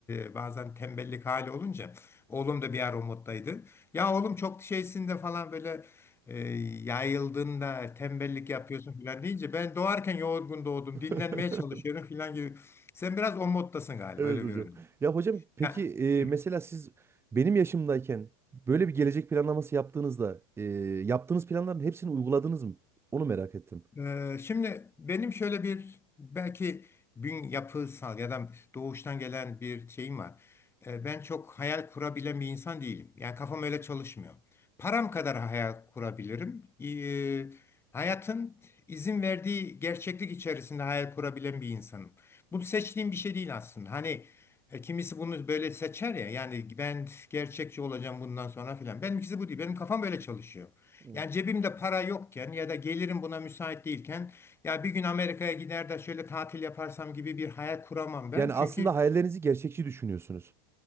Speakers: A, on the left; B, on the right.
A: e, bazen tembellik hali olunca oğlum da bir ara o moddaydı. Ya oğlum çok şeysinde falan böyle e, yayıldığında tembellik yapıyorsun falan deyince ben doğarken yorgun doğdum
B: <laughs>
A: dinlenmeye çalışıyorum falan gibi. Sen biraz o moddasın galiba
B: Evet
A: öyle
B: hocam.
A: görünüyor.
B: Ya hocam peki
A: Ya, hı.
B: e, mesela siz benim yaşımdayken böyle bir gelecek planlaması yaptığınızda e, yaptığınız planların hepsini uyguladınız mı? Onu merak ettim.
A: Ee, şimdi benim şöyle bir belki bün yapısal ya da doğuştan gelen bir şeyim var. Ee, ben çok hayal kurabilen bir insan değilim. Yani kafam öyle çalışmıyor. Param kadar hayal kurabilirim. Ee, hayatın izin verdiği gerçeklik içerisinde hayal kurabilen bir insanım. Bu seçtiğim bir şey değil aslında. Hani e, kimisi bunu böyle seçer ya. Yani ben gerçekçi olacağım bundan sonra filan. Benimkisi bu değil. Benim kafam böyle çalışıyor.
B: Evet.
A: Yani cebimde para yokken ya da gelirim buna müsait değilken ya bir gün Amerika'ya gider de şöyle tatil yaparsam gibi bir hayal kuramam ben.
B: Yani
A: Çünkü
B: aslında hayallerinizi gerçekçi düşünüyorsunuz.